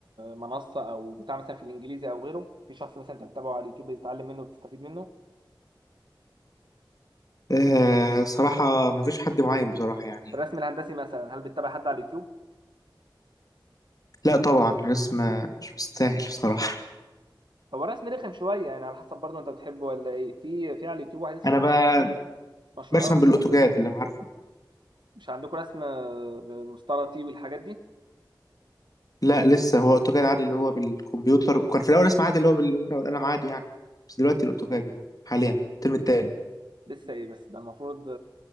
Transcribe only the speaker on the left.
آه صراحه ما فيش حد معين بصراحه يعني
لا طبعا الرسم مش مستاهل بصراحه
<laughs>
انا
بقى
برسم
بالاوتوكاد
اللي أنا عارفه
لا لسه هو اوتوكاد عادي اللي هو بالكمبيوتر وكان في الاول اسمه عادي اللي هو بالورقه والقلم عادي يعني بس دلوقتي الاوتوكاد يعني حاليا الترم التاني